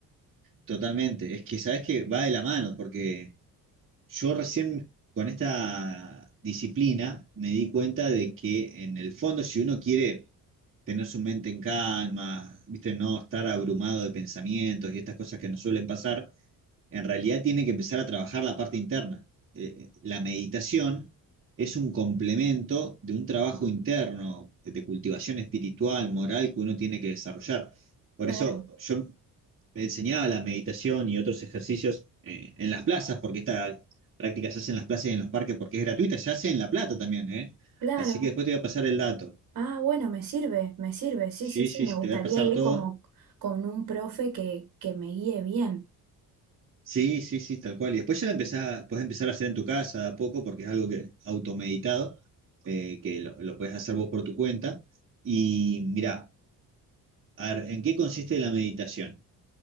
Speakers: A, on the right; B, on the right.
A: Totalmente, es que sabes que va de la mano, porque yo recién con esta disciplina me di cuenta de que en el fondo si uno quiere tener su mente en calma, viste, no estar abrumado de pensamientos y estas cosas que nos suelen pasar, en realidad tiene que empezar a trabajar la parte interna. Eh, la meditación es un complemento de un trabajo interno, de cultivación espiritual, moral que uno tiene que desarrollar. Por
B: Claro.
A: eso yo me enseñaba la meditación y otros ejercicios eh, en las plazas, porque esta práctica se hace en las plazas y en los parques porque es gratuita, se hace en La Plata también, ¿eh?
B: Claro.
A: Así que después te voy a pasar el dato.
B: Ah, bueno, me sirve, me sirve. Sí, sí,
A: Sí,
B: sí,
A: sí,
B: me
A: sí,
B: gustaría
A: te voy a pasar
B: ir
A: todo.
B: como con un profe que, que me guíe bien.
A: Sí, sí, sí, tal cual. Y después ya la empezás, puedes empezar a hacer en tu casa de a poco, porque es algo que automeditado, eh, que lo, lo puedes hacer vos por tu cuenta. Y mirá, a ver, ¿en qué consiste la meditación?